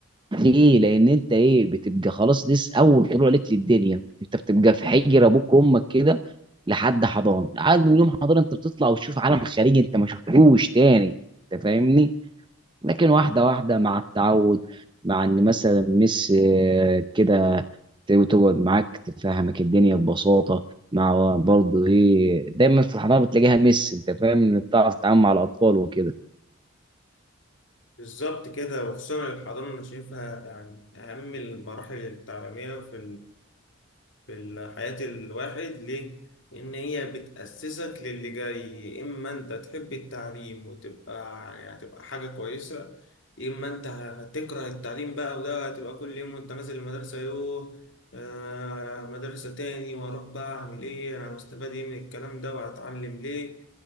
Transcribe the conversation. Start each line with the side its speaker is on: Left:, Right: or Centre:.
Right: ليه؟ لأن أنت إيه بتبقى خلاص دي س- أول طلوع لك للدنيا أنت بتبقى في حجر أبوك وأمك كده لحد حضانة لحد من يوم حضانة أنت بتطلع وتشوف عالم خارجي أنت ما شفتوش تاني أنت فاهمني؟ لكن واحدة واحدة مع التعود مع إن مثلا مس آه، كده ت- تقعد معاك تفهمك الدنيا ببساطة مع برضه إيه دايما في الحضانة بتلاقيها مس أنت فاهم إن بتعرف تتعامل مع الأطفال وكده
Left: بالظبط كده وخصوصا الحضانة أنا شايفها يعني أهم المراحل التعليمية في في حياة الواحد ليه؟ إن هي بتأسسك للي جاي يا إما أنت تحب التعليم وتبقى يعني هتبقى حاجة كويسة يا إما أنت هتكره التعليم بقى وده هتبقى كل يوم وأنت نازل المدرسة يوه آه مدرسة تاني وأروح بقى أعمل إيه أنا مستفاد إيه من الكلام ده وهتعلم ليه